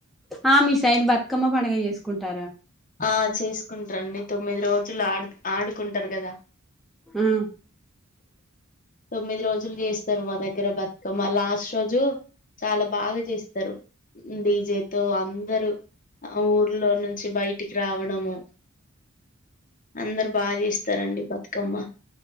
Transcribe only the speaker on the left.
ఆ చేసుకుంటారండి తొమ్మిది రోజులు ఆడు ఆడుకుంటారు కదా
తొమ్మిది రోజులు చేస్త మా దగ్గర బతుకమ్మ లాస్ట్ రోజు చాలా బాగా చేస్తారు విజతో అందరు ఆ ఊర్లో నుంచి బయటికి రావడము అందరు బాగా చేస్తారండి బతుకమ్మ